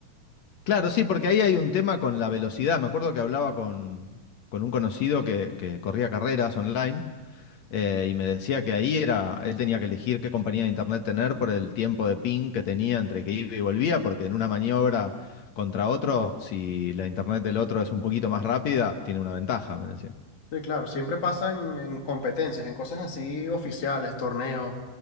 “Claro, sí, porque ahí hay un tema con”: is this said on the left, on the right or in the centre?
Left